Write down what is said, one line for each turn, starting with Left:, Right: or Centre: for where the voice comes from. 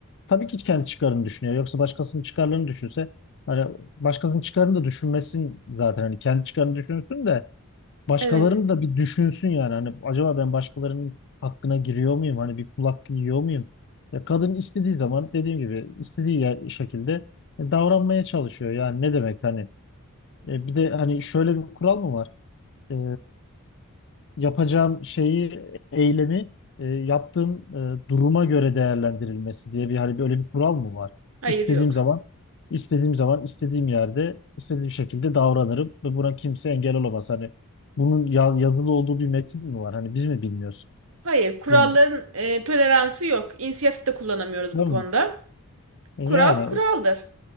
Left: Tabii ki kendi çıkarını düşünüyor. Yoksa başkasının çıkarlarını düşünse hani başkasının çıkarını da düşünmesin zaten. Hani kendi çıkarını düşünsün de başkalarını
Right: Evet.
Left: da bir düşünsün yani. Hani acaba ben başkalarının hakkına giriyor muyum? Hani bir kulak yiyor muyum? Ya kadın istediği zaman dediğim gibi istediği yer, şekilde e, davranmaya çalışıyor. Yani ne demek hani E, bir de hani şöyle bir kural mı var? e, yapacağım şeyi, eylemi e, yaptığım e, duruma göre değerlendirilmesi diye bir hani böyle bir kural mı var?
Right: Hayır
Left: İstediğim
Right: yok.
Left: zaman, istediğim zaman, istediğim yerde, istediğim şekilde davranırım ve buna kimse engel olamaz. Hani bunun ya- yazılı olduğu bir metin mi var? Hani biz mi bilmiyoruz?
Right: Hayır kuralların
Left: Yani
Right: e, toleransı yok. İnisiyatif de kullanamıyoruz
Left: değil
Right: bu konuda.
Left: mi? E,
Right: Kural
Left: Yani
Right: kuraldır.